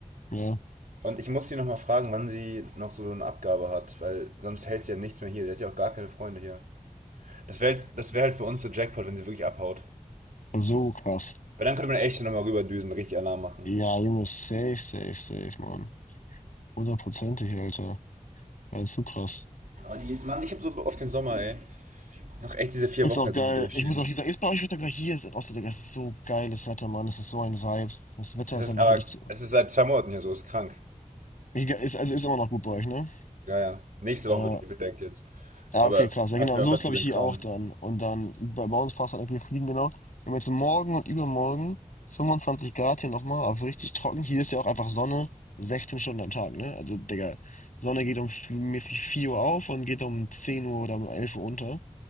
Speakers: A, on the left (about 75°); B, on the right (about 85°).
A: Ja.
B: Und ich muss sie nochmal fragen, wann sie noch so eine Abgabe hat, weil sonst hält sie ja nichts mehr hier. Sie hat ja auch gar keine Freunde hier. Das wäre halt, das wär halt für uns so Jackpot, wenn sie wirklich abhaut.
A: Also, So krass.
B: Weil dann könnte man echt nochmal rüberdüsen, richtig Alarm machen.
A: Ja, Junge, safe, safe, safe, Mann. Hundertprozentig, Alter. Ja, ist so krass.
B: Oh, die, Mann, ich habe so oft den Sommer, ey. Noch echt diese vier
A: Ist
B: Wochen
A: auch
B: jetzt
A: geil.
B: irgendwie durchstehen.
A: Ich muss auch dieser, ist bei euch Wetter gleich hier sind. Außer, Digga, es ist so geiles Wetter, Mann. Es ist so ein Vibe. Das Wetter
B: Es
A: ist
B: ist
A: einfach
B: aber,
A: wirklich zu.
B: es ist seit zwei Monaten hier so, ist krank.
A: Egal, Ist, also ist immer noch gut bei euch, ne?
B: Ja, ja. Nächste
A: Ja.
B: Woche wird gedeckt jetzt.
A: Ja,
B: Aber
A: okay, krass. Ja,
B: passt
A: genau.
B: mir
A: So
B: auch ganz
A: ist, glaube
B: gut
A: ich,
B: in
A: hier
B: den Kram.
A: auch dann. Und dann, bei, bei uns passt halt einfach, wir fliegen, genau. Wir haben jetzt morgen und übermorgen 25 Grad hier nochmal, also richtig trocken. Hier ist ja auch einfach Sonne 16 Stunden am Tag, ne? Also, Digga, Sonne geht um f- mäßig 4 Uhr auf und geht um 10 Uhr oder um 11 Uhr unter.